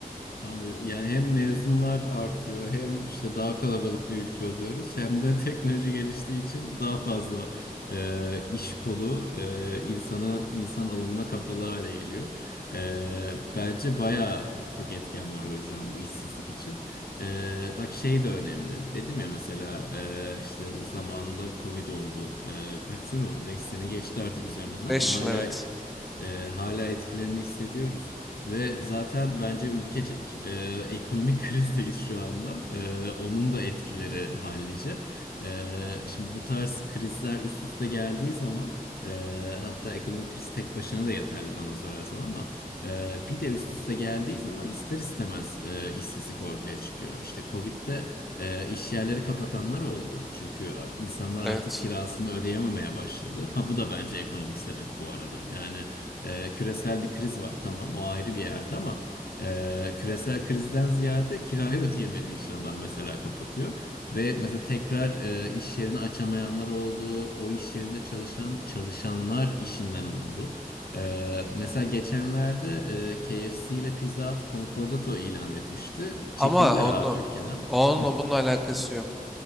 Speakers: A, on the left (about 80°); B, in the centre.
A: Abi yani hem mezunlar artıyor hem işte daha kalabalık bir ülke oluyoruz hem de <laughs> teknoloji geliştiği için daha fazla e, iş kolu e, insana insan alımına kapalı hale geliyor. E, bence baya çok etken var o yüzden bu işsizlik için. E, bak şey de önemli dedim ya mesela e, işte zamanında Covid oldu. E, kaç sene oldu? beş sene geçti artık üzerinden ama
B: 5
A: hala
B: yıl evet.
A: e, hala etkilerini hissediyoruz. Ve zaten bence ülkecek e, ekonomik <laughs> krizdeyiz şu anda. E, onun da etkileri hallice. E, şimdi bu tarz krizler üst üste geldiği zaman e, hatta ekonomik kriz tek başına da yeterli bana sorarsan ama e, bir de üst üste geldiği zaman ister istemez e, işsizlik ortaya çıkıyor. İşte Covid'de e, iş yerleri kapatanlar oldu. Çünkü e, insanlar
B: Evet.
A: artık kirasını ödeyememeye başladı. Ha bu da bence ekonomik sebep bu arada. Yani e, küresel bir kriz var tamam o ayrı bir yerde ama e, küresel krizden ziyade kirayı <laughs> ödeyemediği için adam mesela kapatıyor. Ve mesela tekrar e, iş yerini açamayanlar oldu. O iş yerinde çalışan çalışanlar işinden oldu. E, mesela geçenlerde e, KFC ile Pizza Hut Concordato ilan etmişti. Çekildiler
B: Ama onu
A: abi ülkeden.
B: onunla
A: Hı.
B: bunun alakası yok.